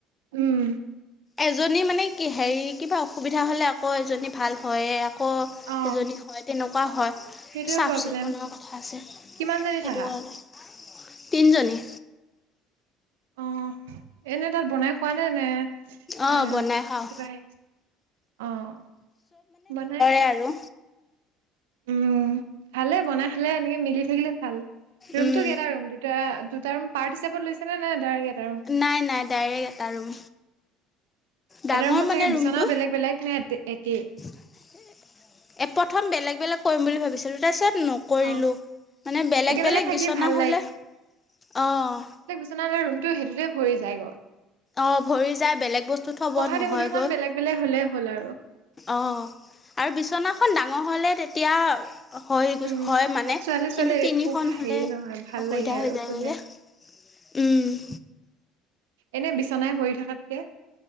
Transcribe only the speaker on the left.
এজনী মানে কি হেৰি কিবা অসুবিধা হ'লে আকৌ এজনী ভাল হয়ে আকৌ
এজনী হয় তেনেকুৱা হয়
চাফ-
চিকুণৰ কথা আছে।
সেইটো
কাৰণে তিনজনী
অঁ
বনাই খাওঁ
এ আৰু
উম
নাই, নাই ডাইৰেক্ট এটা ৰুম। ডাঙৰ
মানে
ৰুমটো
এ প্ৰথম বেলেগ, বেলেগ কৰিম বুলি ভাবিছিলো তাৰপিছত নক কৰিলোঁ
মানে বেলে,
বেলেগ
বিচনা
হ'লে অ'।
অ' ভৰি যায় বেলেগ বস্তু থব
নহয়গৈ।
অ' আৰু বিচনাখন ডাঙৰ হ'লে তেতিয়া হয় <unintelligible>
হয় মানে
কিন্তু তিনিখন
হ'লে
অসুবিধা
হৈ যায়
গৈ যে। উম,